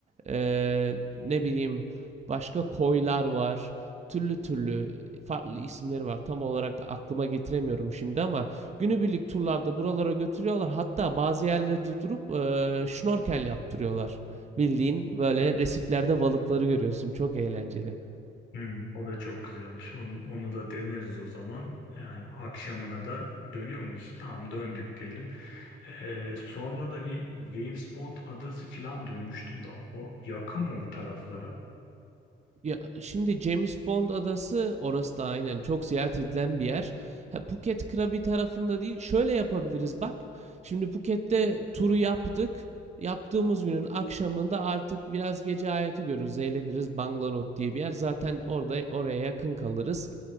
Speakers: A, on the right; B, on the left.
A: e, ne bileyim başka koylar var. Türlü türlü farklı isimleri var. Tam olarak aklıma getiremiyorum şimdi ama günübirlik turlarda buralara götürüyorlar. Hatta bazı yerlerde durup e, şnorkel yaptırıyorlar. Bildiğin böyle resiflerde balıkları görüyorsun. Çok eğlenceli.
B: Hmm, o da çok güzelmiş. Onu, onu da deneriz o zaman. Yani akşamına da dönüyor muyuz? Tamam döndük diyelim. Ee, sonra da bir James Bond adası falan duymuştum da o yakın mı bu taraflara?
A: Ya, şimdi James Bond adası orası da aynen çok ziyaret edilen bir yer. Ha, Phuket Krabi tarafında değil. Şöyle yapabiliriz bak. Şimdi Phuket'te turu yaptık. Yaptığımız günün akşamında artık biraz gece hayatı görürüz. Eğleniriz. Bangalore diye bir yer. Zaten orada oraya yakın kalırız.